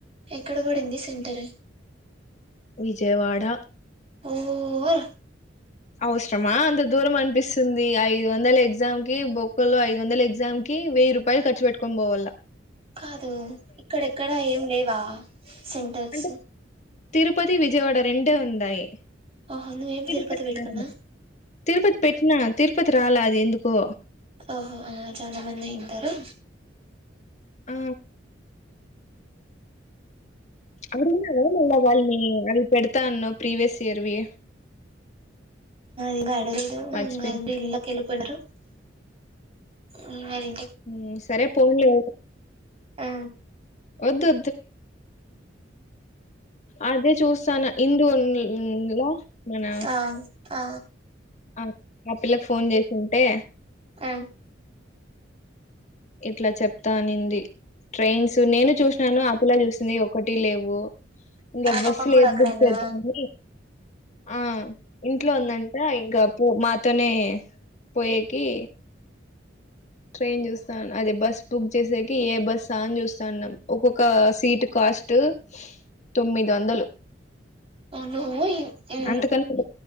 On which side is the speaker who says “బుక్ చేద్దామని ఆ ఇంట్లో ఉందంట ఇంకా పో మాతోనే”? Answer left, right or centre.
Left